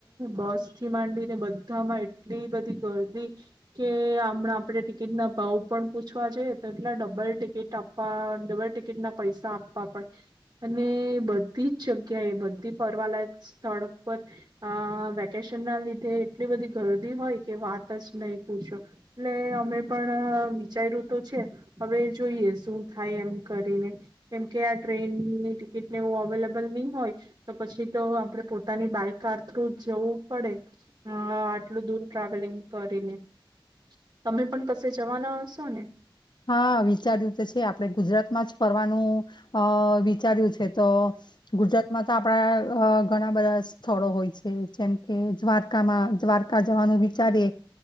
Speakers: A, on the right (about 45°); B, on the left (about 60°).
A: બસ થી માંડીને બધામાં એટલી બધી ગરદી કે હમણાં આપડ ટિકિટ ના ભાવ પણ પૂછવા જઈએ તો એટલા ડબલ ટિકિટ આપવા ડબલ ટિકિટ ના પૈસા આપવા પડ અને બધી જ જગ્યાએ બધી ફરવાલાયક સ્થળ પર આ વેકેશન ના લીધે એટલી બધી ગરદી હોય કે વાત જ નહી પૂછો એટલે અમે પણ વિચાર્યું તો છે હવે જોઈએ શું થાય એમ કરીને કેમકે આ ટ્રેનની ટિકિટ ને એવ અવેલેબલ નહી હોય તો પછી તો આપણે પોતાની બાય કાર થ્રુ જવું પડે આટલું દૂર ટ્રાવેલિંગ કરીને તમે પણ કશે જવાના હશો ને
B: હા, વિચાર્યું તો છે આપડે ગુજરાતમાં જ ફરવાનું અ વિચાર્યું છે તો ગુજરાતમાં તો આપણા ઘણા બધા સ્થળો હોય છે જેમ કે દ્વારકામાં દ્વારકા જવાનું વિચારીએ